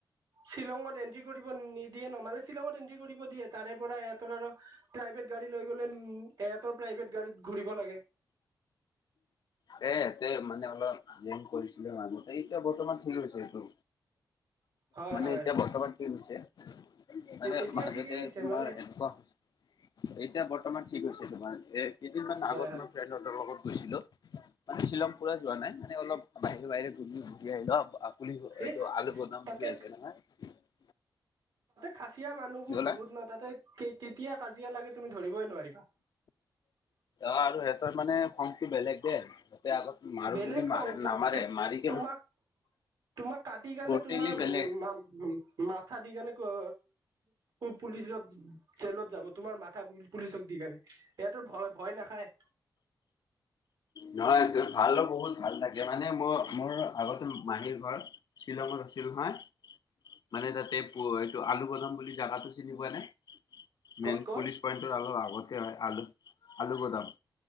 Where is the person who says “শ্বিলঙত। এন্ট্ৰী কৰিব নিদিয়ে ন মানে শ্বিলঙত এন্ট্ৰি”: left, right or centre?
Right